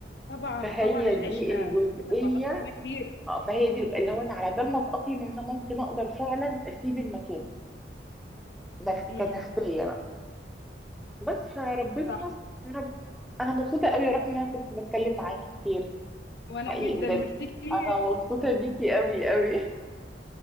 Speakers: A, on the left; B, in the centre.
A: طبعا
B: فهي
A: طبعا العشره
B: دي الجزئيه
A: عشره 14 سنه كتير
B: اه فهي دي اللي هو انا على بال ما اتاقلم ان انا ممكن اقدر فعلا اسيب المكان نف...
A: امم
B: كنفسيه بقى بس فربنا
A: صح
B: يستر يا رب انا مبسوطه قوي يا رحمه ان انا كنت بتكلم معاكي كتير
A: وانا
B: حقيقي
A: جدا
B: بجد
A: ميرسي كتير
B: انا مبسوطه بيكي قوي قوي